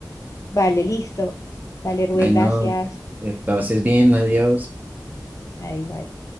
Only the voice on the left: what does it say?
Vale, listo. Dale, Rubén,
gracias.
Ahí, bye.